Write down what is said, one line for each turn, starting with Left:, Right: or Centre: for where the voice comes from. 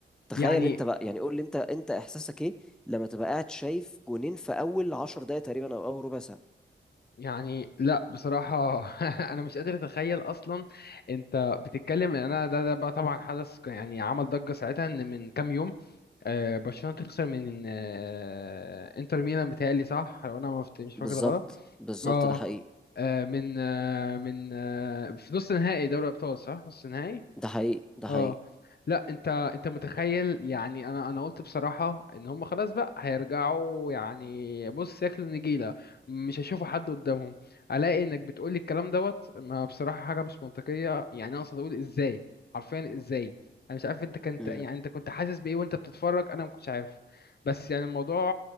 Centre: تخيل
Left: يعني
Centre: انت بقى يعني قول لي انت انت احساسك ايه لما تبقى قاعد شايف جونين في اول عشر دقايق تقريبا او اول ربع ساعه
Left: يعني لا بصراحة <laughs> أنا مش قادر أتخيل أصلا أنت بتتكلم إن أنا ده ده بقى طبعا حدث ك- يعني عمل ضجة ساعتها إن من كام يوم آه، برشلونة تخسر من آه، إنتر ميلان بتهيألي صح لو أنا ما فت- مش
Centre: بالظبط
Left: فاكر غلط
Centre: بالظبط
Left: أه
Centre: ده حقيقي
Left: آه، من آه، من آه، في نص نهائي دوري أبطال صح نص نهائي
Centre: ده حقيقي ده
Left: اه
Centre: حقيقي
Left: لا انت انت متخيل يعني انا انا قلت بصراحه ان هم خلاص بقى هيرجعوا يعني بص ياكلوا نجيله مش هيشوفوا حد قدامهم الاقي انك بتقولي الكلام دوت ما بصراحه حاجه مش منطقيه يعني انا اقصد اقول ازاي حرفيا ازاي انا مش عارف انت كنت
Centre: امم
Left: يعني انت كنت حاسس بايه وانت بتتفرج انا ما كنتش عارف بس يعني الموضوع